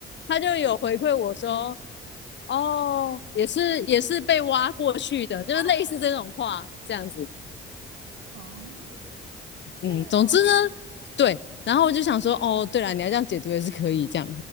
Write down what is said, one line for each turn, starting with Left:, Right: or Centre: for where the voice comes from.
Left: 他就有回馈我说。哦，也是也是被挖过去的，就是类似这种话这样子。
Right: 啊，<laughs> 嗯，是哦，
Left: 嗯，总之呢，对，然后我就想说，哦，对了，你要这样解读也是可以，这样，